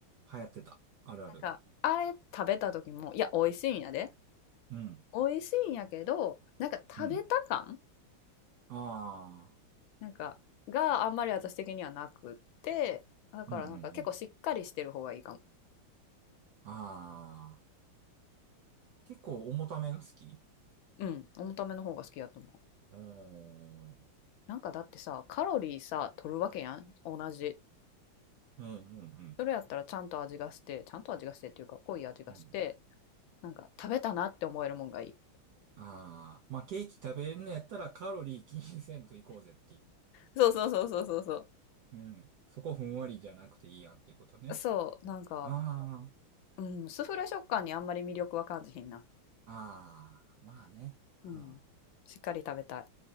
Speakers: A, on the right; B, on the left.
A: 流行ってた。あるある。
B: なんか、あれ食べた時も、いや、美味しいんやで。
A: うん。
B: 美味しいんやけど、なんか食べた感
A: うん。ああ。
B: なんか、があんまり私的にはなくって、だからなんか結構しっかりしてる方がいいかも。
A: うんうんうん。ああ。結構重ためが好き
B: うん、重ための方が好きやと思う。
A: うーん。うん
B: なんかだってさ、カロリーさ、取るわけやん。同じ
A: うん
B: それやったらちゃんと味がして、ちゃんと味がしてっていうか、濃い味がして、
A: うん。うん。
B: なんか食べたなって思えるもんがいい。
A: ああー。まあ、ケーキ食べれんのやったらカロリー気にせんといこうぜってい
B: そうそうそうそうそうそ
A: う。うん。そこふんわりじゃなくていいやんっていうことね。
B: う。そう、なんか、
A: ああ。
B: うん、スフレ食感にあんまり魅力は感じひんな。
A: ああ、まあね。
B: うん。
A: うん。
B: しっかり食べたい。